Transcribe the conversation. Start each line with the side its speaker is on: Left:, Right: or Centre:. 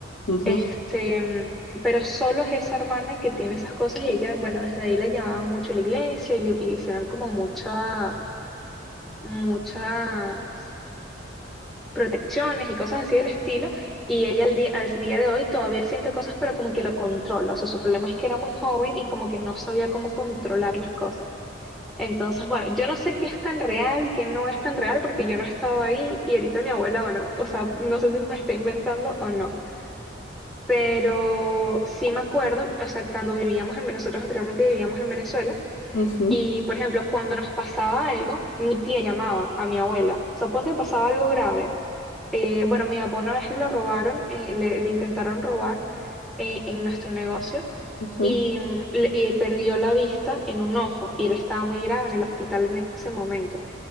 Left: ujú,
Centre: Este, pero solo es esa hermana que tiene esas cosas y ella, bueno, desde ahí la llevaban mucho a la iglesia y le, y le hicieron como mucha, muchas protecciones y cosas así del estilo. Y ella al día, al día de hoy todavía siente cosas, pero como que lo controla. O sea, su problema es que era muy joven y como que no sabía cómo controlar las cosas. Entonces, bueno, yo no sé qué es tan real, qué no es tan real, porque yo no estaba ahí y ahorita mi abuela, bueno, o sea, no sé si me está inventando o no. Pero sí me acuerdo, o sea, cuando vivíamos en, nosotros anteriormente vivíamos en Venezuela,
Left: ujú,
Centre: y por ejemplo, cuando nos pasaba algo, mi tía llamaba a mi abuela. O sea, ponte que pasaba algo grave. Eh, bueno, mi papá una vez lo robaron, eh, le, le intentaron robar eh, en nuestro negocio
Left: ujú,
Centre: y, mm, le- y perdió la vista en un ojo y él estaba muy grave en el hospital en ese momento.